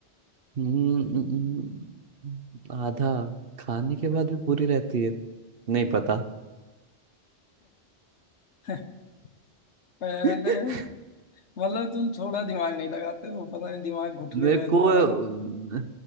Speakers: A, on the right (about 60°); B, on the left (about 85°).
A: हम्म हम्म, आधा खाने के बाद भी पूरी रहती है नहीं पता
B: <laughs> पहले
A: <laughs>
B: मतलब तुम थोड़ा दिमाग नहीं लगाते हो पता नहीं दिमाग घुटने
A: मेरे
B: में है तुम्हारा
A: को अ,
B: ना